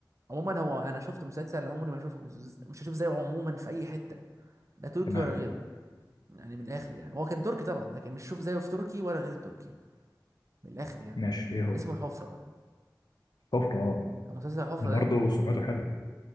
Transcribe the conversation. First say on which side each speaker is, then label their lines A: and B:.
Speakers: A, on the right (about 40°); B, on the left (about 65°).
A: عموما هو انا شفت مسلسل عمري ما اشوفه بز- مش هشوف زيه عموما في اي حته لا تركي
B: تمام
A: ولا غيره يعني من الاخر يعني هو كان تركي طبعا لكن مش شوف زيه في تركي ولا غير التركي من الاخر يعني
B: ماشي إيه هو؟
A: اسمه الحفره
B: كفر أه
A: مسلسل الحفره
B: ده برضه
A: ده
B: سمعته حلوة